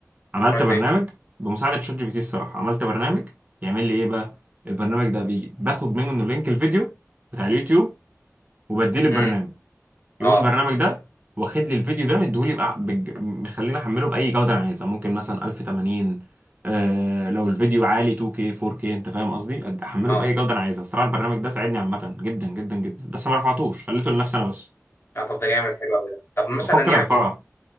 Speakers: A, on the right (about 30°); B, on the left (about 50°).
A: عملت
B: عملت
A: برنامج
B: ايه
A: بمساعدة شات جي بي تي الصراحة عملت برنامج يعمل لي إيه بقى؟ البرنامج ده بي باخد منه لينك الفيديو بتاع اليوتيوب وبديه للبرنامج
B: امم
A: يقوم
B: اه
A: البرنامج ده واخد لي الفيديو ده مديهولي بقى- بج- مخليني احمله باي جوده انا عايزها ممكن مثلا 1080 آه لو الفيديو عالي 2K 4K انت فاهم قصدي أد- احمله
B: اه
A: باي جوده انا عايزها الصراحه البرنامج ده ساعدني عامه جدا جدا جدا بس ما رفعتوش خليته لنفسي انا بس
B: لا طب ده جامد حلو قوي ده طب مثلا
A: بفكر
B: يعني
A: ارفعه